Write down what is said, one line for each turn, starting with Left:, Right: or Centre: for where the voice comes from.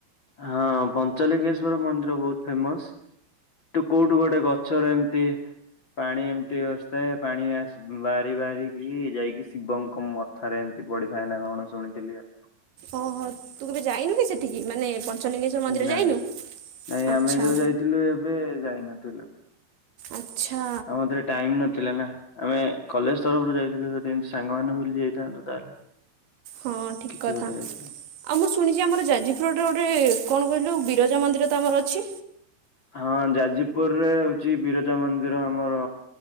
Left: ହଁ ପଞ୍ଚଲିଙ୍ଗେଶ୍ଵର ମନ୍ଦିର ବହୁତ ଫେମସ। ତୁ କୋଉଠୁ ଗୋଟେ ଗଛର ଏମତି ପାଣି ଏମିତିସ୍ଥାଏ ପାଣି ବାହାରି ବାହାରିକି ଯାଇକି ଶିବଙ୍କୁ ମଥାରେ ଏମିତି ପଡିିଥାଏ ନା କଣ ଶୁଣିଥିଲି ଆଉ।
Right: ଓହୋ ତୁ କେବେ ଯାଇନୁ କି ସେଠିକି ମାନେ। ପଞ୍ଚଲିଙ୍ଗେଶ୍ୱର ମନ୍ଦିର
Left: ନାଇଁ
Right: ଯାଇନୁ
Left: ନାଇଁ
Right: ଆଚ୍ଛା
Left: ଆମେ ଯୋଉ ଯାଇଥିଲୁ ଏବେ ଯାଇନଥିଲୁ ଆଉ
Right: ଆଚ୍ଛା
Left: ମତରେ ଟାଇମ ନଥିଲା ନା। ଆମେ କଲେଜ ତରଫରୁ ଯାଇଥିଲୁ ଯଦି ଏମିତି ସାଙ୍ଗ ମାନେ ବୁଲି ଯାଇଥାନ୍ତୁ ତାହେଲେ।
Right: ହଁ ଠିକ
Left: କିଛି
Right: କଥା
Left: ଗୋଟେ ହେଇଥାନ୍ତା।
Right: ଆଉ ମୁଁ ଶୁଣିଛି ଆମର ଯାଜପୋଡରେ ଗୋଟେ। କଣ କହିଲୁ? ବିରଜା ମନ୍ଦିର ତ ଆମର ଅଛି
Left: ହଁ ଯାଜପୁର ରେ ହଉଛି ବିରଜା ମନ୍ଦିର। ଆମର